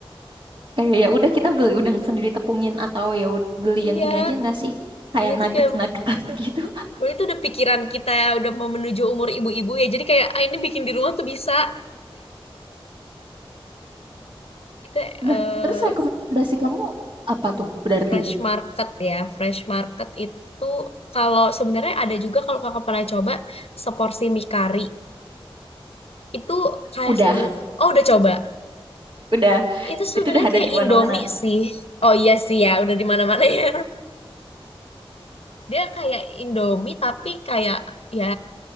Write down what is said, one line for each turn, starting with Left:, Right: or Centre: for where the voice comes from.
Right: Kayak ya udah kita beli udang sendiri tepungin atau ya ud- beli
Left: Iya,
Right: yang ini aja nggak sih? Kayak
Left: iya
Right: nugget-nuggetan
Left: tuh kayak
Right: <laughs> gitu.
Left: dulu itu udah pikiran kita ya, udah mau menuju umur ibu-ibu ya. Jadi kayak ah, ini bikin di rumah tuh bisa. Kita eh,
Right: Nah, terus rekomendasi kamu apa tuh? Berarti
Left: fresh market ya. Fresh market itu kalau sebenarnya ada juga kalau kakak pernah coba seporsi mie kari. Itu kayak
Right: udah,
Left: sebenarnya oh udah coba.
Right: udah.
Left: Itu sebenarnya
Right: Itu udah ada
Left: kayak
Right: di
Left: Indomie
Right: mana-mana.
Left: sih. Oh iya sih ya, udah di mana-mana ya. <laughs> Dia kayak Indomie tapi kayak ya